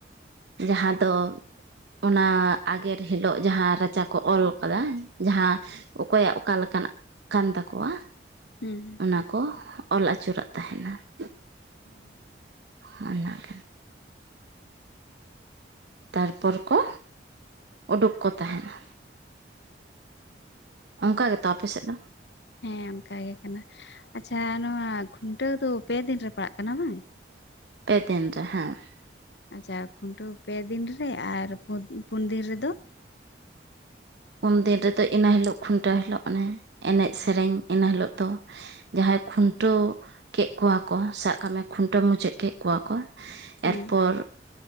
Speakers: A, on the right (about 65°); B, on the left (about 70°).
A: ᱡᱟᱦᱟᱸ ᱫᱚ ᱚᱱᱟ ᱟᱜᱮᱨ ᱦᱤᱞᱳᱜ ᱡᱟᱦᱟᱸ ᱨᱟᱪᱟ ᱠᱚ ᱚᱞ ᱠᱟᱫᱟ ᱡᱟᱦᱟᱸ ᱚᱠᱚᱭᱟᱜ ᱚᱠᱟ ᱞᱮᱠᱟᱱᱟᱜ ᱠᱟᱱ ᱛᱟᱠᱚᱣᱟ?
B: ᱦᱩᱸ -ᱼ
A: ᱚᱱᱟ ᱠᱚ ᱚᱞ ᱟᱹᱪᱩᱨᱟᱜ ᱛᱟᱦᱮᱱᱟ ᱾
B: ᱦᱩᱸ ᱾
A: ᱚᱱᱟ ᱚᱱᱟᱜ ᱛᱟᱨᱯᱚᱨ ᱠᱚ ᱳᱰᱩᱠ ᱠᱚ ᱛᱟᱦᱮᱱᱟ ᱾ ᱚᱱᱠᱟ ᱜᱮᱛᱚ ᱟᱯᱮ ᱥᱮᱫ ᱫᱚ?
B: ᱦᱮᱸ ᱚᱱᱠᱟ ᱜᱮ ᱠᱟᱱᱟ, ᱥᱟ ᱟᱪ-ᱪᱷᱟ ᱱᱚᱣᱟ ᱠᱷᱩᱱᱴᱟᱹᱣ ᱫᱚ ᱯᱮ ᱫᱤᱱ ᱨᱮ ᱯᱟᱲᱟᱜ ᱠᱟᱱᱟ ᱵᱟᱝ?
A: ᱯᱮ ᱫᱤᱱ ᱨᱮ ᱦᱮᱸ ᱾
B: ᱟᱪ-ᱪᱷᱟ ᱠᱷᱩᱱᱴᱟᱹᱣ ᱯᱮ ᱫᱤᱱ ᱨᱮ ᱟᱨ ᱯᱩᱱ ᱯᱩᱱ ᱫᱤᱱ ᱨᱮᱫᱚ?
A: ᱯᱩᱱ ᱫᱤᱱ ᱨᱮᱫᱚ ᱤᱱᱟᱹ ᱦᱤᱞᱳᱜ ᱠᱷᱩᱱᱴᱟᱹᱣ ᱦᱤᱞᱳᱜ ᱚᱱᱮ ᱮᱱᱮᱡ ᱥᱮᱹᱨᱮᱹᱧ ᱤᱱᱟᱹ ᱦᱤᱞᱳᱜ ᱫᱚ ᱾ ᱥᱮᱜ, ᱡᱟᱦᱟᱸᱭ ᱠᱷᱩᱱᱴᱟᱹᱣ ᱠᱮᱜ ᱠᱚᱣᱟ ᱠᱚ ᱥᱟᱵ ᱠᱟᱜ ᱢᱮ ᱠᱷᱩᱱᱴᱟᱹᱣ ᱢᱩᱪᱟᱹᱫ ᱠᱮᱜ ᱠᱚᱣᱟ ᱠᱚ, ᱥᱩᱜ ᱾
B: ᱦᱮᱸ
A: ᱮᱨᱯᱚᱨ ᱯ-ᱪᱟᱜ,